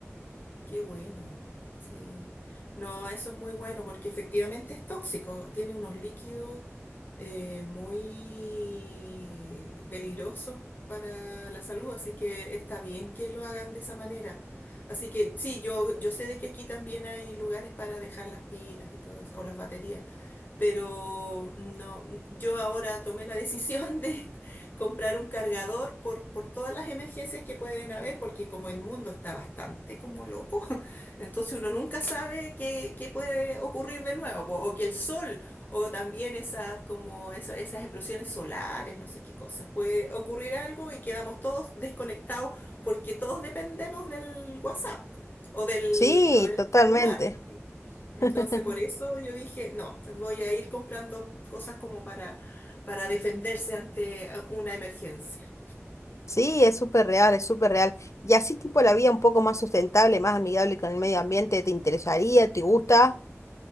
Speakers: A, on the left (about 40°); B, on the left (about 75°).
A: Qué bueno, sí. No, eso es muy bueno porque efectivamente es tóxico, tiene unos líquidos eh, muy peligrosos para la salud, así que está bien que lo hagan de esa manera. Así que sí, yo, yo sé de que aquí también hay lugares para dejar las pilas y todo eso, o las baterías pero no, yo ahora tomé la decisión de <laughs> comprar un cargador por, por todas las emergencias que pueden haber, porque como el mundo está bastante como loco, <laughs> entonces uno nunca sabe qué, qué puede ocurrir de nuevo, po, o que el sol, o también esas, como esa- esas explosiones solares, no sé qué cosas, puede ocurrir algo y quedamos todos desconectados porque todos dependemos del WhatsApp po, o del,
B: Sí,
A: o del
B: totalmente.
A: celular. Entonces,
B: <laughs>
A: por eso yo dije, no, voy a ir comprando cosas como para, para defenderse ante eh, una emergencia.
B: Sí, es súper real, es súper real. Y así tipo la vida un poco más sustentable, más amigable con el medio ambiente, ¿te interesaría? ¿Te gusta?